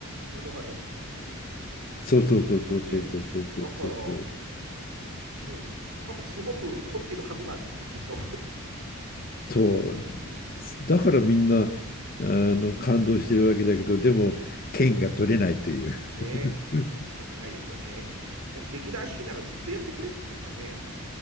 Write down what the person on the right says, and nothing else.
物語の。
ね、だから、ね、多分すごく凝ってるはずなんですよね、きっと。
うん
うん、ね、
よくないですよね。でも劇団四季ならずっとやってくれるんですかね。